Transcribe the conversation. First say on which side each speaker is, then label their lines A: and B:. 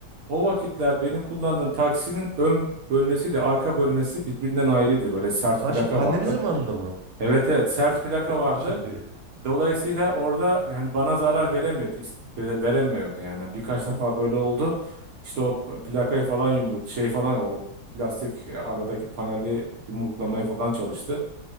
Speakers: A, on the right; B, on the right.
A: o vakitler benim kullandığım taksinin ön bölmesiyle arka bölmesi birbirinden ayrıydı. Böyle sert
B: Ha
A: plaka
B: şu pandemi
A: vardı.
B: zamanında mı?
A: Evet evet sert plaka
B: O
A: vardı.
B: çok iyi.
A: Dolayısıyla orada yani bana zarar veremiyordu, is- e, veremiyordu yani. Birkaç
B: Hı hı,
A: defa böyle oldu. İşte o plakayı falan yumruk şey falan o plastik aradaki paneli yumruklamaya
B: hı hı,
A: falan çalıştı.